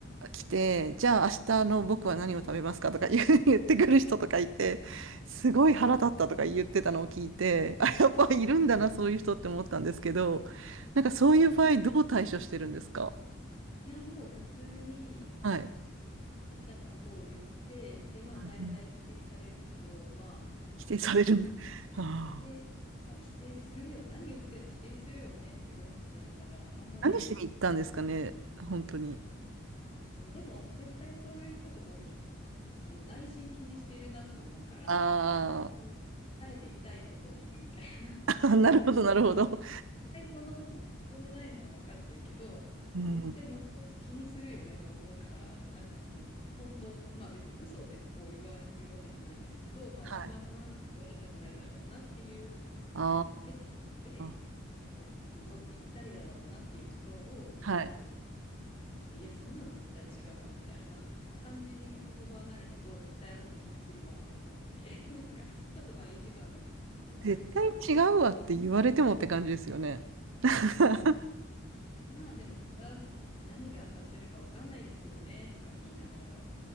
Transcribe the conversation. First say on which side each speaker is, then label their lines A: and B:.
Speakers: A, on the right; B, on the left.
A: 来て、じゃあ明日の僕は何を食べますかとか言う <laughs> 言ってくる人とかいて、すごい腹立ったとか言ってたのを聞いて、あ、やっぱいるんだな、そういう人って思ったんですけど、なんかそういう場合どう対処してるんですか
B: いや、もう普通に
A: はい。
B: 出たことを言って、で、まあ大体否定されるけど、
A: うん
B: まあ、
A: 否定されるんだ。
B: まあ、
A: <laughs> はあ、
B: でまあ否定するよ、何言っても否定するよねって思ってるから、あんまり、
A: 何しに行ったんですかね、本当に。
B: うんでも絶対そういう人ほどひあの内心気にしてるなと思うから、
A: あ
B: もうあえて痛いことを言うみたいな、
A: あー、
B: <laughs>
A: <laughs>
B: なんか
A: なるほど、なるほど。<laughs>
B: 対その場で認めないのは分かってるけど、絶対後々気にするよねと思うから、
A: うん。
B: なんかその本当の、まあ別に嘘でを言わ、言うわけじゃないですけど、まあ一番この人に言われたくないだろうなっていう、
A: はい。あ
B: その出てきて、
A: あ、
B: にとって痛いだろうなっていうところをズバッと言っ
A: はい。
B: て、いや、そんなの絶対違うわみたいな感じにその場はなるけど、絶対後で気にするわって思って、<laughs> なんかちょっとまあ意地悪なんですけど、なんかそういうふ
A: 絶対違うわって言われてもって感じですよね。<laughs>
B: うにまあでも、それは何が当たってるかわかんないですけどね、とか言いながら。